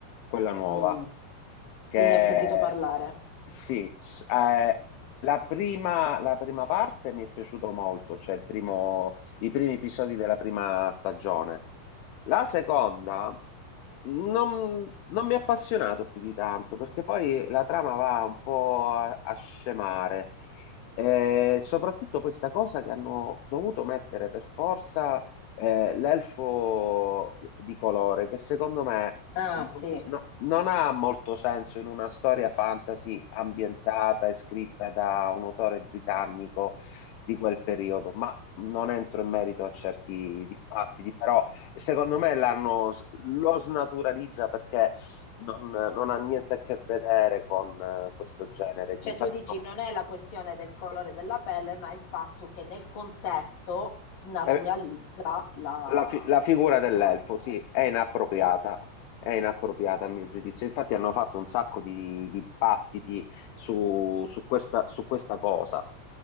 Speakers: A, on the left; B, on the left.
A: quella nuova.
B: Mm,
A: che
B: Sì, ne ho sentito parlare.
A: sì, s- eh, la prima, la prima parte mi è piaciuto molto, cioè il primo- i primi episodi della prima stagione. La seconda non, non mi ha appassionato più di tanto, perché poi la trama va un po' a, a scemare. E soprattutto questa cosa che hanno dovuto mettere per forza eh, l'elfo di colore, che secondo me
B: Ah,
A: non
B: sì.
A: no- non ha molto senso in una storia fantasy ambientata e scritta da un autore britannico di quel periodo, ma non entro in merito a certi dibattiti, però secondo me l'hanno, lo snaturalizza perché non, non ha niente a che vedere con eh, questo genere. di-
B: Cioè
A: Infatti,
B: tu dici non è la questione del colore della pelle, ma il fatto che nel contesto snaturalizza
A: no.
B: la
A: La, fi- la figura
B: la
A: dell'elfo,
B: storia.
A: sì,
B: Eh, Sì.
A: è inappropriata,
B: Sì.
A: è inappropriata a mio giudizio. Infatti hanno fatto un sacco di di dibattiti su, su questa, su questa cosa.